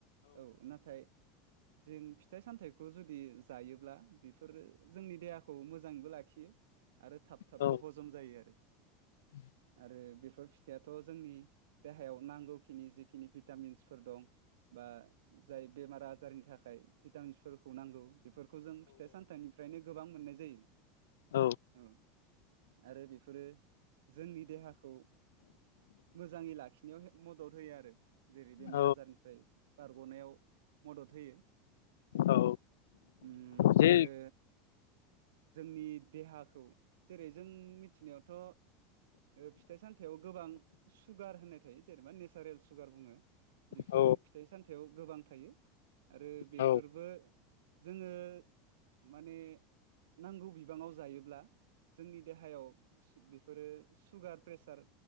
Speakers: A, on the right (about 65°); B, on the left (about 65°).
A: औ नाथाय। जों फिथाइ सामथाइखौ जुदि जायोब्ला बेफोरो जोंनि देहाखौ मोजाङैबो लाखियो। आरो थाब थाबबो
B: औ
A: हजम जायो आरो।
B: <inaudible>
A: आरो बेफोर फिथाइथ' जोंनि देहायाव नांगौखिनि जिखिनि भिटामिन्सफोर दं। बा जाय बेमार आजारनि थाखाय भिटामिन्सफोरखौ नांगौ। बेफोरखौ जों फिथाइ सामथाइनिफ्रायनो गोबां मोननाय जायो
B: औ
A: औ। आरो बेफोरो जोंनि देहाखौ मोजाङै लाखिनायाव मदद होयो आरो। जेरै बेमार
B: औ
A: आजारनिफ्राय बारग'नायाव मदद होयो।
B: औ
A: उ
B: जे
A: आरो जोंनि देहाखौ जेरै जों मिथिनायावथ' ओ फिथाइ सामथायाव गोबां सुगार होननाय थायो जेनेबा नेसारेल सुगार बुङो। बेफोरो
B: औ
A: फिथाइ सामथायाव गोबां थायो आरो बेफोरबो
B: औ
A: जोङो माने नांगौ बिबाङाव जायोब्ला जोंनि देहायाव बेफोरो सुगार प्रेसार